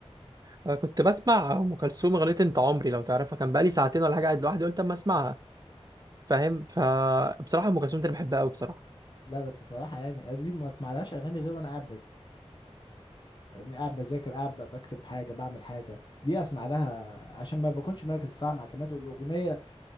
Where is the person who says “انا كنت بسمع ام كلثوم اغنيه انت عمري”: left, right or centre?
Right